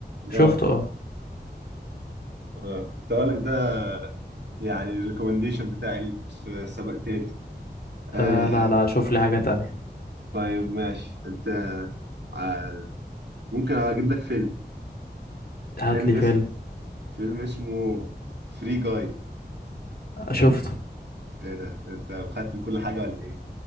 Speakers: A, on the left (about 60°); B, on the right (about 80°).
A: شفته
B: اه
A: اه
B: آه، كنت هقول لك ده يعني الريكومنديشن بتاعي ليك بس سبقتني انت
A: آه،
B: آه
A: لا لا شوف لي حاجة تانية
B: طيب ماشي انت آه ممكن اجيب لك فيلم فيلم
A: هات لي
B: اسم
A: فيلم
B: فيلم اسمه فري جاي
A: آه، شفته
B: ايه ده انت مختم كل حاجه ولا ايه